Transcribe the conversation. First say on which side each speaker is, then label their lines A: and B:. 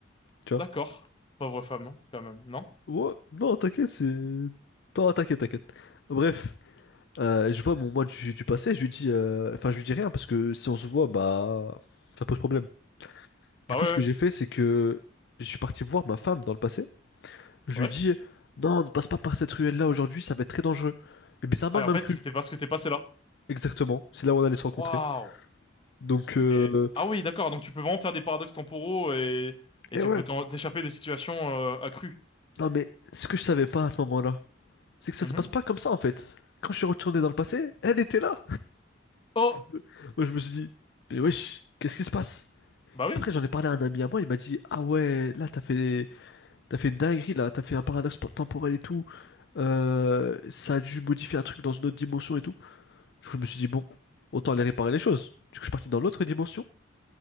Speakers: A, on the left; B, on the left.
A: Tu vois?
B: D'accord. Pauvre femme, hein, quand même. Non?
A: Ouais, non, t'inquiète, c'est. Non, t'inquiète, t'inquiète. Bref. Euh, je vois mon moi du, du passé, je lui dis, euh, enfin je lui dis rien parce que si on se voit, bah ça pose problème. Du
B: Bah
A: coup,
B: ouais,
A: ce que j'ai fait, c'est que je suis parti voir ma femme dans le passé. Je
B: ouais.
A: lui dis,
B: Ouais.
A: non, ne passe pas par cette ruelle-là aujourd'hui, ça va être très dangereux. Et bizarrement,
B: Ah,
A: elle
B: et en
A: m'a
B: fait,
A: cru.
B: c'était parce que t'es passé là.
A: Exactement, c'est là où on allait se rencontrer.
B: Waouh.
A: Donc, euh...
B: Mais, ah oui, d'accord. Donc, tu peux vraiment faire des paradoxes temporaux et, et
A: et
B: tu
A: ouais.
B: peux t'en- t'échapper de situations euh, accrues.
A: Non mais ce que je savais pas à ce moment-là, c'est que ça
B: Mhm.
A: se passe pas comme ça en fait. Quand je suis retourné dans le passé, elle était là.
B: Oh!
A: <laughs> Moi, je me suis dit, mais wesh, qu'est-ce qui se passe?
B: Bah oui.
A: Après, j'en ai parlé à un ami à moi, il m'a dit, ah ouais, là, t'as fait T'as fait une dinguerie là, t'as fait un paradoxe po- temporel et tout. Euh, ça a dû modifier un truc dans une autre dimension et tout. Du coup, je me suis dit, bon, autant aller réparer les choses. Du coup, je suis parti dans l'autre dimension.